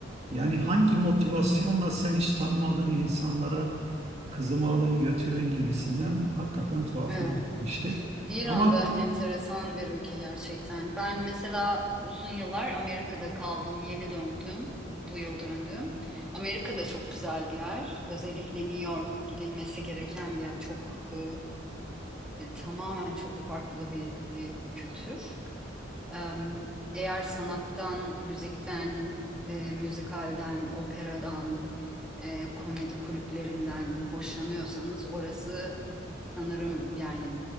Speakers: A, on the right; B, in the centre.
A: Yani hangi motivasyonla sen hiç tanımadığın insanlara kızımı alın götürün gibisinden hakikaten tuhafım
B: Evet,
A: gitmişti.
B: İran
A: Ama
B: da enteresan bir ülke gerçekten. Ben mesela uzun yıllar Amerika'da kaldım, yeni döndüm, bu yıl döndüm. Amerika'da çok güzel bir yer. Özellikle New York gidilmesi gereken bir yer. Çok e, e, tamamen çok farklı bir e, kültür. Em, Eğer sanattan, müzikten, e, müzikalden, operadan, e, komedi kulüplerinden hoşlanıyorsanız orası sanırım yani